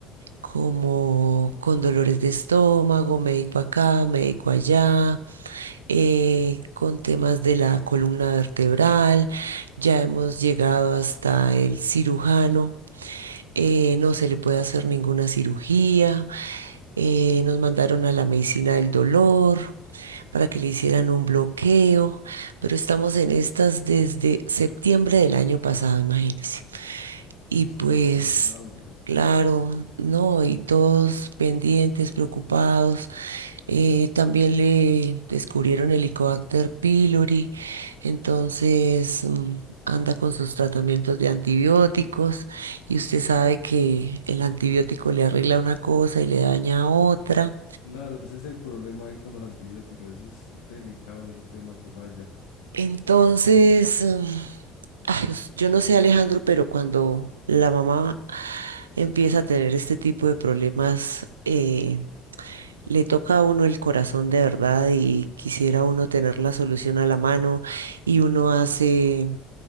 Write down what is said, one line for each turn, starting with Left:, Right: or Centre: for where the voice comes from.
Right: como con dolores de estómago, médico acá, médico allá, eh, con temas de la columna vertebral. Ya hemos llegado hasta el cirujano. eh, no se le puede hacer ninguna cirugía. eh, nos mandaron a la medicina del dolor para que le hicieran un bloqueo, pero estamos en estas desde septiembre del año pasado, imagínense. Y
Left: Uy,
Right: pues,
Left: complicado.
Right: claro, no, y todos pendientes, preocupados. Eh, también le descubrieron el Helicobacter pylori, entonces mm, anda con sus tratamientos de antibióticos y usted sabe que el antibiótico le arregla una cosa y le daña otra.
Left: Claro, ese es el problema ahí con los antibióticos, eso es delicado ese tema que falla.
Right: Entonces, mm, ay, us- yo no sé, Alejandro, pero cuando la mamá empieza a tener este tipo de problemas, eh, le toca a uno el corazón de verdad y quisiera uno tener la solución a la mano y uno hace